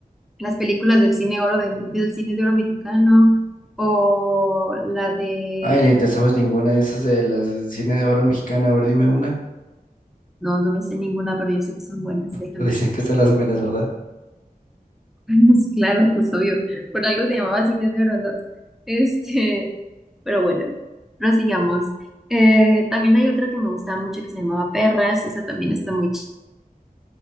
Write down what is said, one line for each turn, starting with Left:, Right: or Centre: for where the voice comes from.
Centre: las películas del cine oro de- del cine de oro mexicano o la de
Left: Ay, ni te sabes ninguna de esas de las de cine de obra mexicana. A ver, dime una. <laughs>
Centre: no, no me sé ninguna, pero yo sé que son buenas, déjame.
Left: Pero dicen que son las buenas, ¿verdad?
Centre: <laughs> Pues claro, pues obvio, por algo se llamaba cine de oro, ¿no? Este, pero bueno, prosigamos. Eh, también hay otra que me gustaba mucho que se llamaba Perras, esa también está muy ch-